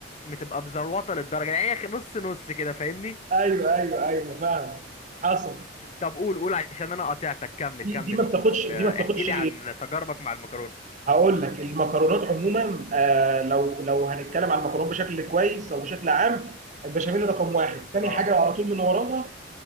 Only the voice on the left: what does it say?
بتبقى مزلوطه للدرجه يعني هي نص نص كده فاهمني؟
طب قول قول عشان انا قاطعتك كمل
كمل
آه،
احكي لي عن تجاربك مع المكرونه
اه